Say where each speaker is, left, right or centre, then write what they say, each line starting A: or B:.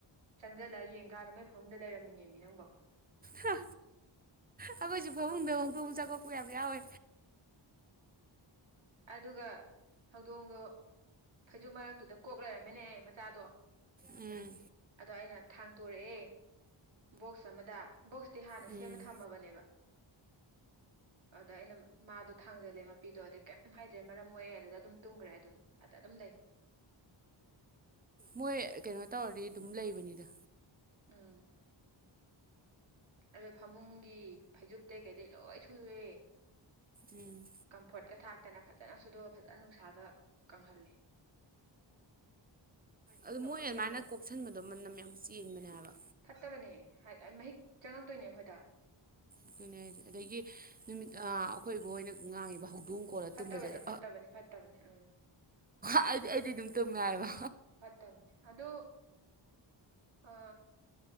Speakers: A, on the right (about 70°); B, on the right (about 20°).
A: ꯆꯪꯁꯤꯜꯂꯒ ꯌꯦꯡ ꯀꯥꯟꯗ ꯃꯣꯏ ꯐꯃꯨꯡꯗ ꯂꯩꯔꯝꯃꯤꯅꯦꯃꯤ ꯅꯪꯕꯣ
B: ꯍꯥ ꯑꯩꯈꯣꯏꯖꯨ ꯐꯃꯨꯡꯗ ꯍꯧꯗꯣꯡ ꯃꯆꯥ ꯀꯣꯛꯄ ꯌꯥꯝ ꯌꯥꯎꯋꯦ
A: ꯑꯗꯨꯒ ꯍꯧꯗꯣꯡꯗꯣ ꯐꯩꯖꯨꯞ ꯃꯔꯛꯇꯨꯗ ꯀꯣꯛ ꯂꯩꯔꯝꯃꯤꯅꯦꯍꯦ ꯃꯆꯥꯗꯣ
B: ꯎꯝ
A: ꯑꯗꯣ ꯑꯩꯅ ꯊꯥꯡꯇꯣꯔꯛꯑꯦ ꯕꯣꯛꯁ ꯑꯃꯗ ꯕꯣꯛꯁꯇꯤ ꯍꯥꯟꯅ
B: ꯎꯝ
A: ꯁꯦꯝꯃ ꯊꯝꯃꯕꯅꯦꯕ ꯑꯗ ꯑꯩꯅ ꯃꯥꯗꯣ ꯊꯥꯡꯖꯜꯂꯦ ꯃꯄꯤꯗꯣ ꯑꯗꯩ ꯑꯗꯨꯝ ꯍꯥꯏꯗ꯭ꯔꯦ ꯃꯔꯝ ꯃꯣꯛꯑꯦ ꯑꯗꯨꯗ ꯑꯗꯨꯝ ꯇꯨꯝꯈ꯭ꯔꯦ ꯑꯗꯨꯝ ꯑꯗ ꯑꯗꯨꯝ ꯂꯩ
B: ꯃꯣꯏ ꯀꯩꯅꯣ ꯇꯧꯔꯗꯤ ꯑꯗꯨꯝ ꯂꯩꯕꯅꯤꯗ
A: ꯎꯝ ꯑꯗꯨꯗ ꯐꯃꯨꯡꯒꯤ ꯐꯩꯖꯨꯞꯇꯩ ꯀꯩꯗꯩ ꯂꯣꯏ ꯁꯨꯔꯦ
B: ꯎꯝ
A: ꯀꯝꯐꯣꯔꯠꯀ ꯊꯥꯛꯇꯅ ꯐꯖꯅ ꯁꯨꯗꯣꯛꯑ ꯐꯖꯅ ꯅꯨꯡꯁꯥꯗ ꯀꯪꯍꯜꯂꯦ
B: ꯑꯗꯨ
A: ꯅꯣꯛꯅꯤꯡꯉꯦ
B: ꯃꯣꯏ ꯑꯗꯨꯃꯥꯏꯅ
A: ꯍꯥꯏꯕ
B: ꯀꯣꯛꯁꯟꯕꯗꯣ ꯃꯅꯝ ꯌꯥꯝ ꯆꯦꯟꯕꯅꯦ ꯍꯥꯏꯕ
A: ꯐꯠꯇꯕꯅꯦ ꯍ ꯃꯍꯤꯛ ꯆꯪꯉꯛꯇꯣꯏꯅꯦ ꯑꯩꯈꯣꯏꯗ
B: ꯑꯗꯨꯅꯦ ꯍꯥꯏꯖꯦ ꯑꯗꯒꯤ ꯅꯨꯃꯤꯠ ꯑ ꯑꯩꯈꯣꯏꯕꯣꯛꯍꯣꯏꯅ ꯉꯥꯡꯉꯤꯕ ꯍꯧꯗꯣꯡ ꯈꯣꯡ ꯀꯣꯜꯂ
A: ꯐꯠꯇꯕꯅꯦ
B: ꯇꯨꯝꯕꯖꯦ ꯑꯗꯣ
A: ꯐꯠꯇꯕꯅꯦ ꯐꯠꯇꯕꯅꯦ ꯎꯝ
B: ꯑꯩꯗꯤ ꯑꯩꯗꯤ ꯑꯗꯨꯝ ꯇꯨꯝꯃꯦ ꯍꯥꯏꯕ
A: ꯇꯕꯅꯦ ꯑꯗꯣ ꯑ